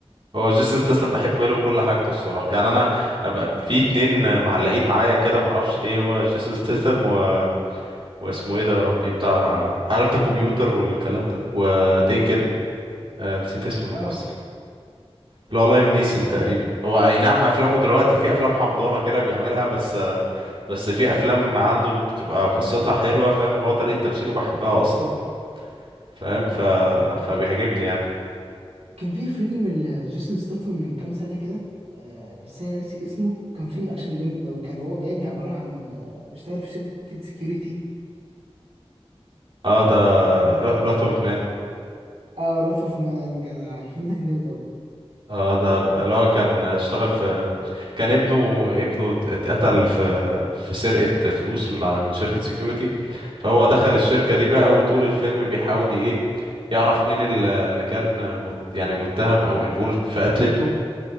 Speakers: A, on the right (about 60°); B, on the right (about 80°).
A: هو جيسون ستاثام بحب له كل حاجته الصراحه يعني انا أبقى في اتنين معلقين معايا كده معرفش ليه هو جيسون ستاثام و... واسمه ايه ده يا ربي بتاع عارف ده كمبيوتر والكلام ده وتيكن آه نسيت اسم الممثل
B: اه
A: اللي هو لايم نيسون تقريبا هو اي نعم افلامه دلوقتي في افلام حمضانه كده بيعملها بس بس في افلام عنده بتبقى قصتها حلوه فاهم وهو طريقه تمثيله بحبها اصلا فاهم ف فبيعجبني يعني
B: كان في فيلم لجيسون ستاثام من كام سنة كده آه بس أنا ناسي اسمه كان فيلم أكشن جامد أوي كان هو باين عبارة عن آه اشتغل في شركة سكيورتي
A: اه ده
B: وكان
A: راث اوف مان
B: اه راث اوف مان جدع الفيلم ده كان جامد أوي
A: اه ده ب- اللي هو كان اشتغل في كان ابنه ابنه اتقتل في في سرقه فلوس من على- من شركه سيكوريتي فهو دخل الشركه دي بقى وطول الفيلم بيحاول ايه يعرف مين ال- اللي كان مت يعني متهم او انفولد في قتل ابنه